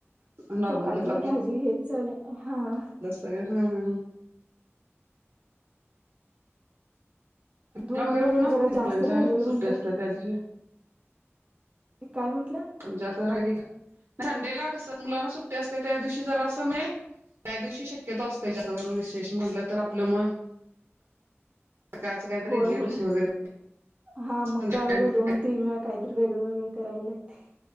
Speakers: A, on the right; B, on the right.
A: नॉर्मलच
B: चपाती भाजी हेच चालू आहे हा.
A: सग हा हा ह
B: दूध
A: ला
B: वगैरे
A: पण नसते
B: जरा
A: मुलांच्या
B: जास्त राहिलेलं
A: सुट्टी
B: म्हणत
A: असते त्या दिवशी
B: ते काय म्हटलं?
A: जास्त राहिलीत संडे ला कस मुलांना सुट्टी असते त्या दिवशी जरा असं म्ह त्या दिवशी शक्यतो असतोय <unintelligible> विेष म्हणाल तर आपलं मग सकाळचं काहीतरी
B: होय
A: इडली
B: होय
A: डोसे वगैरे
B: हा
A: संध्याकाळी
B: मग त्यावेळेला दोन तिन वेळा मग काय तरीे वेगळ वेगळ करायला लागतंय.